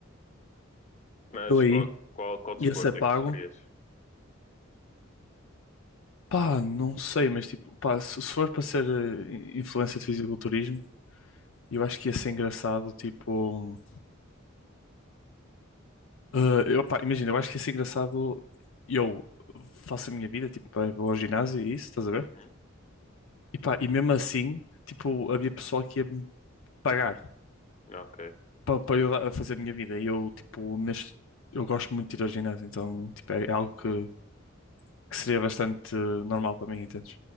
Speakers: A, on the left; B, on the left.
A: Mas
B: Eu aí
A: qual, qual, qual desporto
B: ia ser pago.
A: é que tu querias?
B: Pá, não sei, mas tipo, pá, se se for para ser eh, influencer de fisiculturismo, eu acho que ia ser engraçado, tipo, eh, eu, pá, imagina, eu acho que ia ser engraçado eu faço a minha vida, tipo, eh, vou ao ginásio e isso, estás a ver?
A: Uhum.
B: E pá, e mesmo assim, tipo, havia pessoal que ia me pagar
A: Ok,
B: para para eu dar- a fazer a minha vida. E eu, tipo, neste, eu gosto muito de ir ao ginásio, então, tipo, é algo que, que seria bastante eh, normal para mim, entendes?